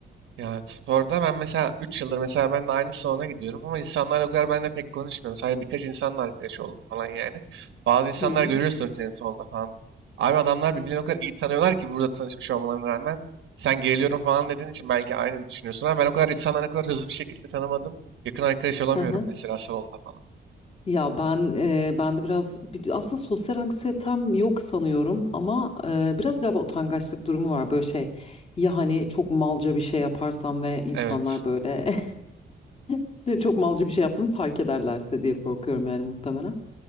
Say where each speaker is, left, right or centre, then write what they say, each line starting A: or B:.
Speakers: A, on the right; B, on the left.
A: Ya sporda ben mesela 3 yıldır mesela ben de aynı salona gidiyorum ama insanlarla o kadar ben de pek konuşmuyorum. Sadece birkaç insanla arkadaş oldum falan yani. Bazı insanlar
B: Hı hı.
A: görüyorsun senin salonda falan. Abi adamlar birbirlerini o kadar iyi tanıyorlar ki burada tanışmış olmalarına rağmen. Sen geliyorum falan dediğin için belki aynı düşünüyorsun ama ben o kadar insanları o kadar hızlı bir şekilde tanımadım. Yakın arkadaş olamıyorum
B: Hı hı.
A: mesela salonda falan.
B: Ya ben e, ben de biraz bir- aslında sosyal anksiyetem yok sanıyorum ama e, biraz galiba utangaçlık durumu var böyle şey ya hani çok malca bir şey yaparsam ve insanlar
A: Evet
B: böyle <laughs> çok malca bir şey yaptım fark ederlerse diye korkuyorum yani muhtemelen.